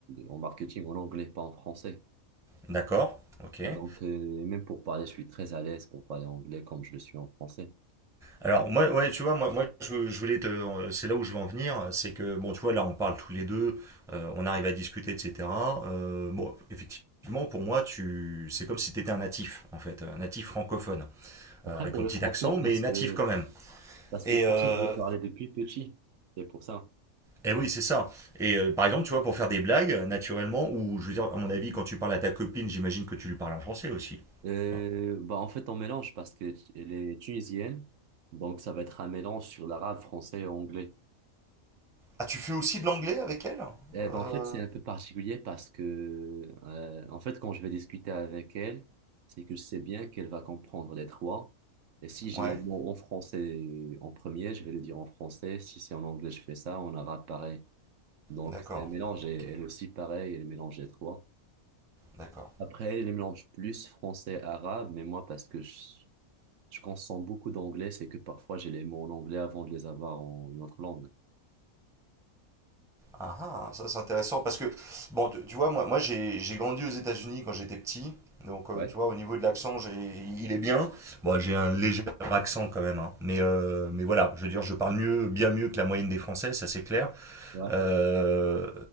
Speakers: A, on the right; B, in the centre.
A: en marketing, en anglais, pas en français.
B: d'accord, ok.
A: Bah, donc, euh, même pour parler, je suis très à l'aise pour parler anglais comme je le suis en français.
B: Alors moi, ouais, tu vois, moi, moi je, je voulais te, c'est là où je veux en venir, c'est que bon, tu vois, là on parle tous les deux, euh, on arrive à discuter, etc. Euh, bon, effectivement, pour moi, tu, c'est comme si tu étais un natif, en fait, un natif francophone,
A: Après,
B: euh, avec
A: pour
B: un
A: le
B: petit
A: français,
B: accent, mais
A: parce
B: natif
A: que,
B: quand même.
A: parce que
B: Et
A: le français,
B: euh,
A: je l'ai parlé depuis petit. C'est pour ça.
B: eh oui, c'est ça. Et euh, par exemple, tu vois, pour faire des blagues, naturellement, ou je veux dire, à mon avis, quand tu parles à ta copine, j'imagine que tu lui parles en français aussi.
A: Euh,
B: Hein.
A: bah en fait, on mélange parce qu'elle est tunisienne, donc ça va être un mélange sur l'arabe, français et anglais.
B: Ah, tu fais aussi de l'anglais avec elle
A: Eh ben,
B: Euh,
A: en fait, c'est un peu particulier parce que, euh, en fait, quand je vais discuter avec elle, c'est que je sais bien qu'elle va comprendre les trois. Et si j'ai
B: Ouais,
A: les mots en français en premier, je vais le dire en français. Si c'est en anglais, je fais ça. En arabe, pareil. Donc,
B: d'accord.
A: c'est un mélange. Et
B: Ok,
A: elle aussi, pareil, elle mélange les trois.
B: d'accord.
A: Après, elle elle mélange plus français-arabe, mais moi, parce que je, Je consomme beaucoup d'anglais, c'est que parfois j'ai les mots en anglais avant de les avoir en une autre langue.
B: Ah, ah, ça c'est intéressant parce que, bon, tu, tu vois, moi, moi j'ai j'ai grandi aux États-Unis quand j'étais petit. Donc, euh,
A: Ouais,
B: tu vois, au niveau de l'accent, j'ai- il est bien. Bon, j'ai un léger accent quand même, hein. Mais, euh, mais voilà, je veux dire, je parle mieux, bien mieux que la moyenne des Français, ça c'est clair.
A: ouais,
B: Euh,